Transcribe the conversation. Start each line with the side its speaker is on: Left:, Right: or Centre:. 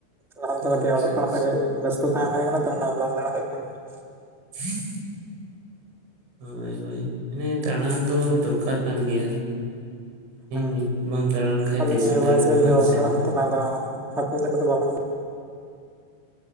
Centre: ᱞᱟᱦᱟ ᱛᱮ ᱫᱚ
Right: ᱟᱪᱪᱷᱟ
Centre: ᱠᱟᱹᱴᱤᱡ ᱚᱞᱚᱜ ᱯᱟᱲᱦᱟᱜ
Right: ᱟᱪᱪᱷᱟ
Centre: ᱨᱮ ᱵᱮᱥᱛᱚ ᱛᱟᱦᱮᱸ ᱦᱩᱭ ᱠᱟᱱᱟ ᱛᱚ ᱚᱱᱟ ᱵᱟᱝ ᱫᱟᱬᱟ ᱦᱩᱭᱩᱜ ᱠᱟᱱ ᱛᱟᱦᱮᱸᱫ
Right: ᱦᱮᱸ <unintelligible> ᱦᱳᱭ ᱦᱳᱭ ᱢᱟᱱᱮ ᱫᱟᱬᱟᱱ ᱫᱚ ᱫᱚᱨᱠᱟᱨ ᱠᱟᱱ ᱜᱮᱭᱟ
Centre: ᱦᱮᱸ
Right: ᱱᱤᱛ ᱵᱟᱢ ᱫᱟᱬᱟᱲ ᱠᱷᱟᱱᱡ
Centre: ᱟᱫᱚ
Right: ᱛᱤᱥᱮᱢ
Centre: ᱱᱤᱭᱟᱹ
Right: ᱫᱟᱲᱟᱱᱟ
Centre: ᱵᱚᱭᱮᱥ ᱨᱮ
Right: ᱵᱟᱝ
Centre: ᱡᱩᱫᱤ ᱵᱟᱵᱚᱱ
Right: ᱥᱮ
Centre: ᱟᱲᱟᱝ ᱟᱫᱚ ᱦᱟᱯᱮᱱ ᱫᱤᱱ ᱨᱮ ᱫᱚ ᱵᱟᱵᱚᱱ